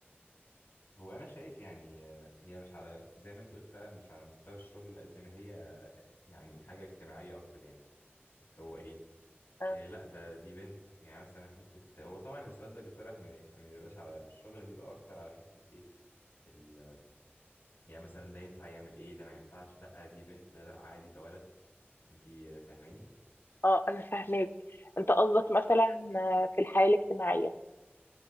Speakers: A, on the left; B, on the left.
A: هو انا شايف يعني آه، هي مش على زي ما انت قلت فعلا مش على مستوى الشغل قد ما هي يعني حاجة اجتماعية اكتر يعني اللي هو ايه
B: آه.
A: إيه لا ده دي بنت يعني مثلا حتة هو طبعا السؤال ده بيطرح ما يعني ما بيبقاش على الشغل بيبقى أكتر على حتة إيه ال... يعني مثلا ده ينفع يعمل إيه ده ما ينفعش لا دي بنت لا عادي ده ولد أنتي فاهماني؟
B: اه انا فاهماك انت قصدك مثلا آه، في الحياة الاجتماعية